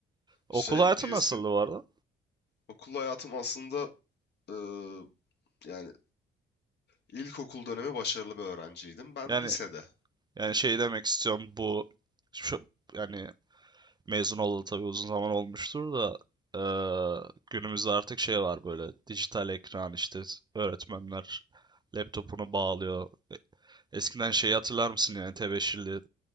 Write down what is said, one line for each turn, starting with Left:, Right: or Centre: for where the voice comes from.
Right: Okul
Left: Şey
Right: hayatı
Left: PSP
Right: nasıldı bu arada?
Left: okul hayatım aslında eee, yani ilkokul dönemi başarılı bir öğrenciydim. Ben
Right: Yani
Left: lisede.
Right: yani şey demek istiyorum bu şu yani mezun olalı tabii uzun zaman olmuştur da eee, günümüzde artık şey var böyle dijital ekran işte öğretmenler laptopunu bağlıyor. E, Eskiden şeyi hatırlar mısın yani tebeşirli